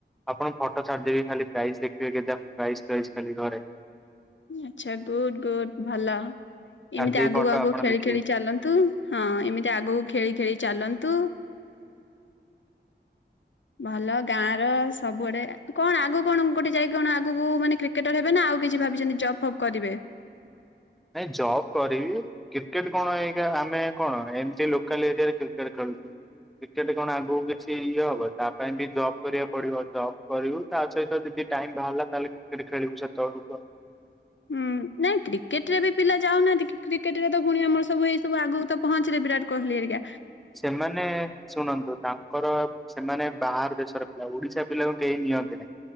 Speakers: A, in the centre; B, on the left (about 80°).
A: ଆପଣକୁ ଫଟୋ ଛାଡିଦେବି, ଖାଲି ପ୍ରାଇଜ୍ ଦେଖିବେ, କେମିତିକା ପ୍ରାଇଜ୍- ଫ୍ରାଇଜ୍ ଖାଲି ଘରେ।
B: ଆଚ୍ଛା ଗୁଡ୍, ଗୁଡ୍ ଭଲ।
A: ଛାଡିଦେବି
B: ଏମିତି ଆଗକୁ,
A: ଫଟୋ
B: ଆଗକୁ
A: ଆପଣ
B: ଖେଳି,
A: ଦେଖିବେ
B: ଖେଳି ଚାଲନ୍ତୁ। ହଁ ଏମିତି ଆଗକୁ ଖେଳି, ଖେଳି ଚାଲନ୍ତୁ। ଭଲ ଗାଁର ସବୁଆଡେ, କଣ ଆଗକୁ କଣ ଗୋଟେ ଯାଇକି କଣ ଆଗକୁ ମାନେ କ୍ରିକ୍ କ୍ରିକେଟର ହେବେ ନା ଆଉ କିଛି ଭାବିଛନ୍ତି ଜପ୍ ଫପ୍ କରିବେ?
A: ନାଇଁ ଜବ୍ କରିବି। କ୍ରିକେଟ୍ କଣ, ଏଇକା ଆମେ କଣ, ଏମ୍ତି ଲୋକାଲ୍ ଏରିଆରେ କ୍ରିକେଟ୍ ଖେଳୁଛୁ। କ୍ରିକେଟ୍ କଣ ଆଗକୁ କିଛି ଇଏ ହବ, ତା ପାଇଁ ବି ଜବ୍ କରିବାକୁ ପଡିବ। ଜବ୍ କରିବୁ। ତା ସହିତ ଯଦି ଟାଇମ୍ ବାହାରିଲା, ତାହେଲେ କ୍ରିକେଟ୍ ଖେଳିବୁ ସେତେବେଳକୁ ଆଉ।
B: ହୁଁ ନାଇଁ କ୍ରିକେଟ୍ ରେ ବି ପିଲା ଯାଉନାହାନ୍ତି କି, କ୍ରିକେଟ୍ ରେ ତ ପୁଣି ଆମର ସବୁ ଏଇ ସବୁ ଆଗକୁ ତ ପହଞ୍ଚିଲେ ବିରାଟ କୋହଲି ଆରିକା।
A: ସେମାନେ ଶୁଣନ୍ତୁ, ତାଙ୍କର ସେମାନେ ବାହାର ଦେଶର ପିଲା। ଓଡିଶା ପିଲାଙ୍କୁ କେହି ନିଅନ୍ତିନି।